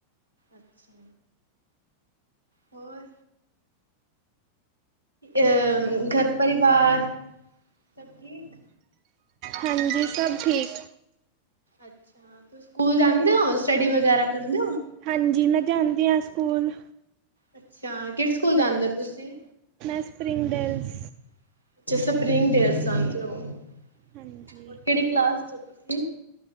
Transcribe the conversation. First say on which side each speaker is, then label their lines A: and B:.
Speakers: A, on the right; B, on the right.
A: ਅੱਛਾ। ਹੋਰ। ਅ ਘਰ ਪਰਿਵਾਰ ਸਭ ਠੀਕ?
B: ਹਾਂਜੀ ਸਭ ਠੀਕ।
A: ਅੱਛਾ ਸਕੂਲ ਜਾਂਦੇ ਹੋ ਸਟੱਡੀ ਵਗੈਰਾ ਕਰਦੇ ਔ।
B: ਹਾਂਜੀ ਮੈਂ ਜਾਂਦੀ ਹਾਂ ਸਕੂਲ।
A: ਅੱਛਾ ਕਿਹੜੇ ਸਕੂਲ ਜਾਂਦੇ ਤੁਸੀਂ?
B: ਮੈਂ ਸਪਰਿੰਗ ਡੇਲਸ
A: ਅੱਛਾ ਸਪਰਿੰਗ ਡੇਜ਼ ਜਾਂਦੇ ਓ। ਹੋਰ
B: ਹਾਂਜੀ।
A: ਕੇਹੜੀ ਕਲਾਸ ਚ ਓ ਤੁਸੀ?